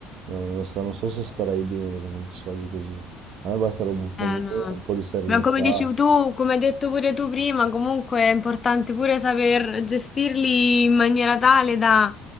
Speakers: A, on the right; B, on the left.
A: Non, non so, non so se starei bene con tanti soldi così. A me basterebbe un po'
B: Eh,
A: meno,
B: no.
A: un po' di serenità.
B: Ma come dici tu, come hai detto pure tu prima, comunque è importante pure saper gestirli in maniera tale da